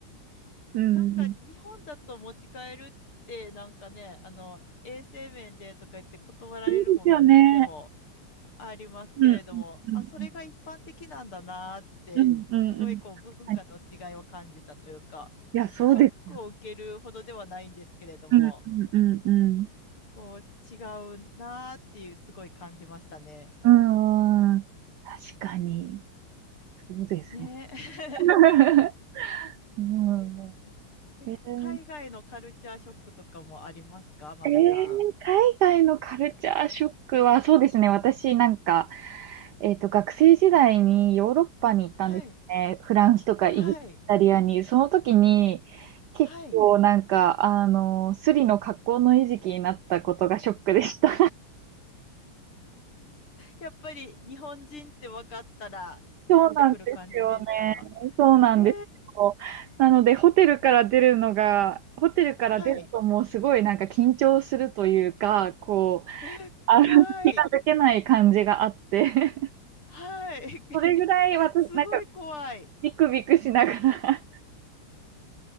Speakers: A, on the right; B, on the left.
A: うん。
B: なんか日本だと持ち帰るってなんかね、あの衛生面でとか言って断られるもお店も
A: そうですよね。
B: ありますけれども、
A: うん、うん、
B: あ、それが一般的なんだなーって、
A: うん。うんうんうん。
B: すごいこう文化の違いを感じたというか、
A: はいいや、そうです。
B: ショックを受けるほどではないんですけれども、
A: うんうんうんうん。
B: こう違うなーっていうすごい感じましたね。
A: うんん。確かに。そうですよ。
B: ねえ。
A: <laughs> うん。
B: <laughs> え海外のカルチャーショックとかもありますか、
A: えー
B: マミさん。
A: えー海外のカルチャーショックは、そうですね。私なんか、えっと、学生時代にヨーロッパに行ったんですね。
B: はい。
A: フランスとかイタリアに。
B: はい。
A: その時に、結構なんか、
B: はい。
A: あの、スリの格好の餌食になったことがショックでした。
B: やっぱり日本人って分かったら寄ってくる感じでした
A: そうなんですよね。そうなんですよ。
B: えー、
A: なので、ホテルから出るのが、ホテルから出るともうすごいなんか緊張するというか、
B: はい。
A: こう、
B: え、怖い。
A: あの、気が抜けない感じがあって、<laughs>
B: はい。<laughs>
A: それぐらい私、
B: すごい怖い。
A: なんかビクビクしながら <laughs>